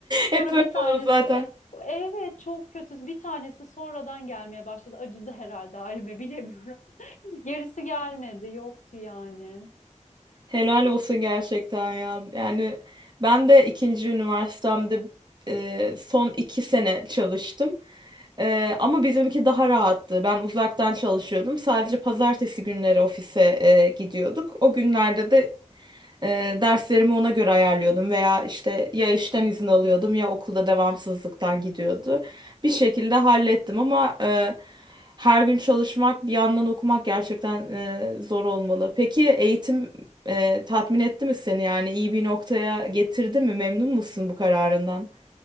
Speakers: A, on the left; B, on the right.
A: Sonra
B: Hep öyle
A: bir tanesi
B: olur zaten.
A: e, evet çok kötü. Bir tanesi sonradan gelmeye başladı. Acıdı herhalde halime bilemiyorum. <laughs> Gerisi gelmedi, yoktu yani.
B: Helal olsun gerçekten ya. Yani ben de ikinci üniversitemde e, son iki sene çalıştım. E, ama bizimki daha rahattı. Ben uzaktan çalışıyordum. Sadece pazartesi günleri ofise e, gidiyorduk. O günlerde de E, derslerimi ona göre ayarlıyordum veya işte ya işten izin alıyordum ya okulda devamsızlıktan gidiyordu. Bir şekilde hallettim ama e, her gün çalışmak bir yandan okumak gerçekten e, zor olmalı. Peki eğitim e, tatmin etti mi seni yani iyi bir noktaya getirdi mi? Memnun musun bu kararından?